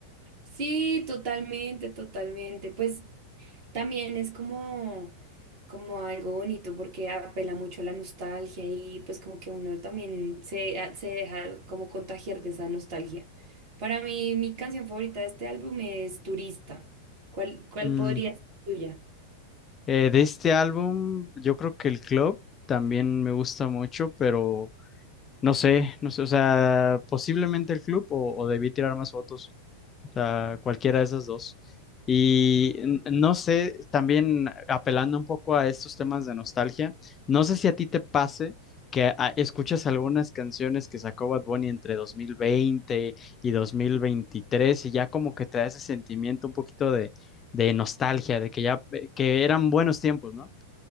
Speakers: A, on the right (about 45°); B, on the left (about 25°).
A: Sí, totalmente, totalmente. Pues también es como, como algo bonito porque apela mucho a la nostalgia y pues como que uno también se, a- se deja como contagiar de esa nostalgia. Para mí, mi canción favorita de este álbum es Turista. ¿Cuál, cuál
B: Mm,
A: podría ser tuya?
B: eh, de este álbum, yo creo que el Club también me gusta mucho, pero no sé, no sé, o sea, posiblemente el Club o, o debí tirar más fotos. O sea, cualquiera de esas dos. Y n- no sé, también apelando un poco a estos temas de nostalgia, no sé si a ti te pase que ah, escuchas algunas canciones que sacó Bad Bunny entre 2020 y 2023 y ya como que te da ese sentimiento un poquito de, de nostalgia, de que ya, eh, que eran buenos tiempos, ¿no?